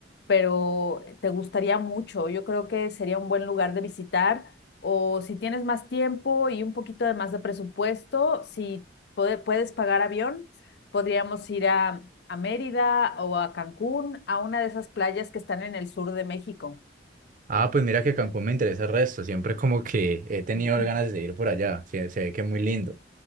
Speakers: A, on the left; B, on the right.
A: pero te gustaría mucho. Yo creo que sería un buen lugar de visitar o si tienes más tiempo y un poquito de más de presupuesto, si puede- puedes pagar avión, podríamos ir a, a Mérida o a Cancún, a una de esas playas que están en el sur de México.
B: Ah, pues mira que Cancún me interesa el resto, siempre como que he tenido
A: <laughs>
B: ganas de ir por allá, se, se ve que es muy lindo.